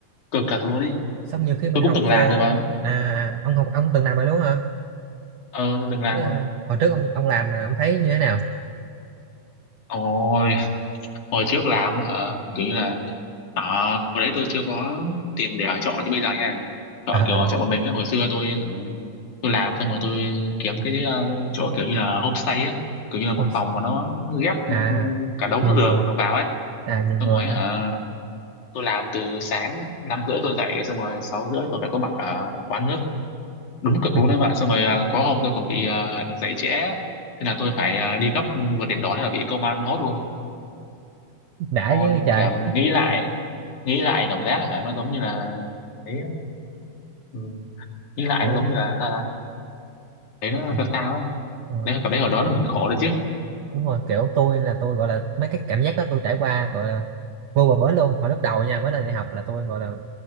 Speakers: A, on the left (about 55°); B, on the right (about 80°).
A: cực thật luôn ấy
B: xong nhiều khi mình
A: tôi
B: học
A: cũng từng làm
B: về
A: rồi mà
B: à à, ông học ông từng làm rồi đúng không hả
A: ờ tôi từng làm
B: Thế, à,
A: rồi
B: hồi trước ông ông làm là ông thấy như thế nào
A: ôi hồi trước làm ờ, kiểu như là à, hồi đấy tôi chưa có tiền để ở trọ như bây giờ nha trọ
B: Ờ,
A: kiểu
B: ờ,
A: ở trọ một mình á hồi xưa tôi ờ, tôi làm xong rồi tôi kiếm cái ờ, chỗ kiểu như là homestay á kiểu như là một
B: không
A: phòng mà nó ghép
B: à
A: ừ, cả đống
B: nhiều người
A: giường vào ấy
B: à nhiều
A: xong
B: người
A: rồi
B: hả
A: hả tôi làm từ sáng năm rưỡi tôi dậy xong rồi sáu rưỡi tôi phải có mặt ở quán nước đúng cực
B: <laughs>
A: luôn đấy bạn xong rồi à, có hôm tôi còn bị à, dậy trễ thế là tôi phải à, đi gấp vượt đến đó thế là bị công an hốt luôn
B: đã
A: thôi
B: với trời
A: cả mình nghĩ lại nghĩ lại cảm giác là nó giống như là đấy á. ừ. nghĩ lại
B: đúng
A: nó giống như là sao ta? thấy nó
B: Ờ,
A: sao sao ấy
B: ờ,
A: đấy cảm thấy hồi đó là mình khổ rồi chứ
B: đúng rồi kiểu tôi là tôi gọi là mấy cái cảm giác đó tôi trải qua gọi là vô bờ bến luôn hồi lúc đầu nha mới lên đại học là tôi gọi là